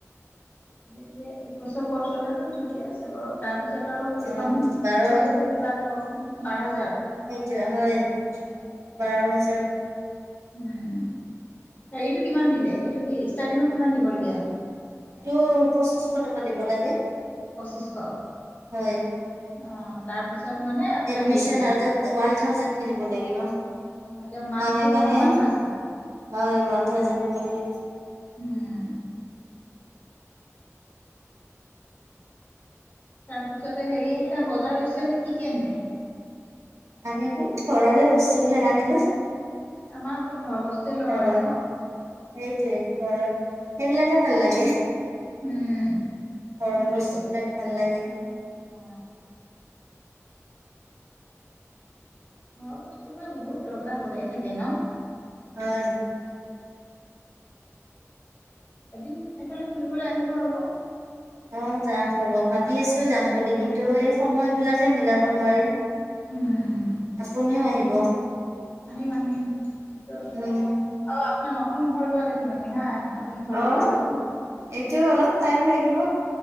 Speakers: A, on the left (about 35°); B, on the right (about 65°).
A: হেৰিয়ে একবছৰ পচলেতো ঠিকে আছে বাৰু তাৰ পিছত আৰু
B: অ',
A: এইখন
B: বাৰ
A: হৈ গ'লে কিবা এটা প্ৰবলেম বাৰ হাজাৰ
B: সেইটোহয় বাৰ হাজাৰ
A: উ হৰিটো কিমান দিলে এইটো কি ষ্টাৰ্টিঙত কিমান দিবলগীয়া হ'ল।
B: টো পঁচিশশ টকা দিব লাগে
A: প্ৰচিচ শ
B: হয়
A: অ' তাৰপিছত মানে আপোনাৰ
B: এডমিচন
A: হেৰি কৰিছে
B: আৰু তাত ওৱান থাউজেণ্ডকে দিব লাগিব,
A: অ', এতিয়া মান্থলি
B: মাহে-মাহে,
A: মানে ওৱান থাউজেণ্ড
B: হয় ওৱান থাউজেণ্ড দিব লাগিব।
A: উম, তাৰপিছতে হেৰি সেইদিনা বজাৰ গৈছিল যে কি কি আনিলে?
B: আনিলো ঘৰৰে বস্তু বিলাক আনিলো।
A: আমাৰ অকল ঘৰৰ বস্তুৱে লোৱা
B: লগাৰ
A: আৰু ন?
B: সেইটোৱে ঘৰৰ সেইবিলাকে ভাল লাগে
A: উম
B: ঘৰৰ
A: সেইটোয়েতো
B: বস্তুবিলাক ভাল লাগে।
A: অ। ঘৰৰ বস্তুবিলাক বহুত দৰকাৰ হৈয়ে থাকে ন?
B: হয়
A: এদিন এফালে ফুৰিবলৈ আহিব আকৌ
B: অ যাম ৰব, ভাবি আছো যাম বুলি কিন্তু এই সময় বিলাকে মিলাব নোৱাৰিম।
A: উম,
B: আপুনিও আহিব
A: আহিম-আহিম কিন্তু
B: উম
A: আপোনাৰ নতুন ঘৰ লোৱাত আহিম আমি হা নতুন ঘৰ
B: অ
A: ল'ব যে আপুনি।
B: এইটো অলপ টাইম লাগিব